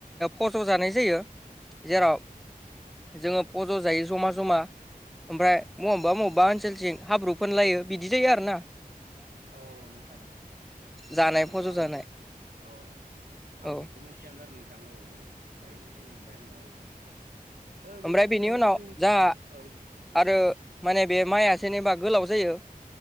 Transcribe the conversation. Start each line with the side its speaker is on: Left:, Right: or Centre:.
Centre: फज' जानाय जायो जेराव जोंङो फज' जायो जमा जमा ओमफ्राय मबावबा मबावबा ओनसोलजों हाब्रु फोनलायो बिदि जायो आरोना।
Right: औ नोंथां
Centre: जानाय
Right: औ
Centre: फज'
Right: आं
Centre: जानाय
Right: औ। आं
Centre: औ
Right: बेखौ मिथियामोन आरो नोंथां औ औ दायो बुजिनो मोनबाय आङो औ नोंथां। औ बेबायदिनो
Centre: ओमफ्राय बेनि उनाव
Right: जोंनि
Centre: जाहा
Right: औ।
Centre: आरो माने बे माइआ जेनेबा गोलाव जायो।